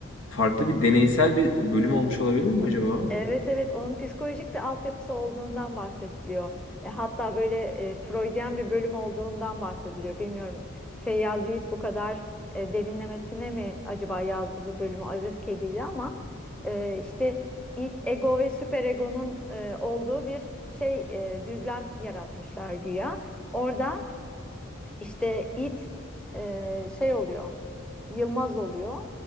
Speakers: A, on the left; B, in the centre.
A: farklı bir deneysel bir bölüm olmuş olabilir mi acaba?
B: Evet evet onun psikolojik bir altyapısı olduğundan bahsediliyor. E, hatta böyle e, Freudian bir bölüm olduğundan bahsediliyor. Bilmiyorum Feyyaz Yiğit bu kadar e, derinlemesine mi acaba yazdı bu bölümü Aziz Kedi ile ama e, işte id, ego ve süperegonun e, olduğu bir şey e, düzlem yaratmışlar güya. Orada işte it e, şey oluyor. Yılmaz oluyor.